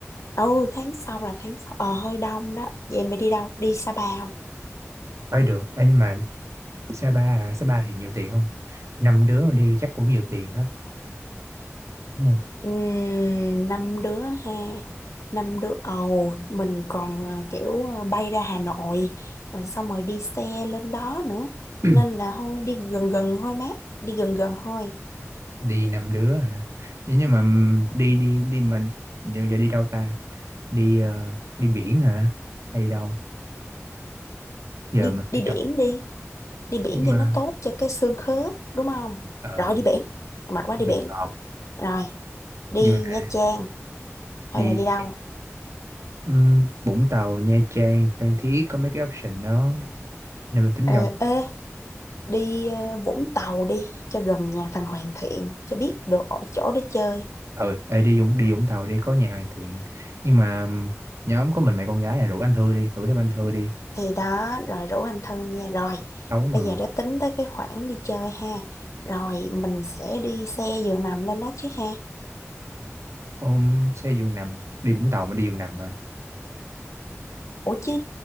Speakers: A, on the left; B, on the right.
A: Ừ, tháng sau là tháng sau. Ờ, hơi đông đó. Vậy em mày đi đâu? Đi Sapa không?
B: Ấy được, Ê, nhưng mà Sa Pa à, Sa Pa thì nhiều tiền không? Năm đứa đi chắc cũng nhiều tiền á, đúng không?
A: Ừm, năm đứa ha. Năm đứa. Ồ, mình còn ờ, kiểu ờ, bay ra Hà Nội. Rồi xong rồi đi xe lên đó nữa.
B: Ừ.
A: Nên
B: <clears throat>
A: là thôi, đi gần gần thôi mát. Đi gần gần thôi.
B: Đi năm đứa hả? Thế Nhưng mà ừm, đi đi đi mà giờ, giờ đi đâu ta? Đi ờ, đi biển hả? Hay đi đâu? Giờ
A: Đi
B: mình
A: đi
B: phải
A: biển
B: chọn.
A: đi. Đi biển
B: Nhưng
A: cho
B: mà
A: nó tốt cho cái xương khớp. Đúng không?
B: ờ
A: Rồi đi biển. Mệt quá đi
B: đi
A: biển.
B: chọn.
A: Rồi, đi
B: Nhưng mà
A: Nha Trang. Hay
B: đi
A: là đi đâu?
B: ừm, Vũng Tàu, Nha Trang, Phan Thiết có mấy cái option đó. Nên mình tính
A: Ờ,
B: đi đâu?
A: ê, đi ờ, Vũng Tàu đi cho gần nhà thằng Hoàn Thiện cho biết được ở chỗ để chơi
B: Ờ ê, đi Vũng đi Vũng Tàu đi có nhà Hoàn Thiện. Nhưng mà ừm, nhóm có mình mấy con gái là rủ anh Thư đi, rủ thêm anh Thư đi.
A: thì đó rồi rủ anh thân nha rồi
B: Sáu người
A: bây giờ đã tính tới cái khoản đi chơi ha rồi mình sẽ đi xe giường nằm lên đó chứ ha
B: Ôm xe giường nằm đi Vũng Tàu mà đi giường nằm hả
A: ủa chứ